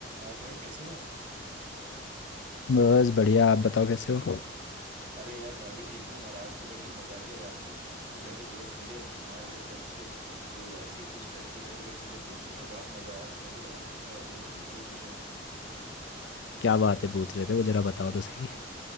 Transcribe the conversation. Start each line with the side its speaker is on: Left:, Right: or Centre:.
Right: और भाई कैसे हो
Left: बस बढ़िया आप बताओ कैसे हो
Right: अरे यार मैं भी ठीक हूँ और आज तो बड़ी <laughs> मजाकिया बात हुई कुछ ऐसे दोस्त मिले तुम्हारे जैसे अच्छे जो ऐसी कुछ हाइपोथेटिकल चीजें पूछ रहे थे बड़ा मजा आया तो मेरे को लगा तुमसे बात होगी तो तुमसे भी पूछूंगा
Left: क्या बातें पूछ रहे थे वो जरा बताओ तो सही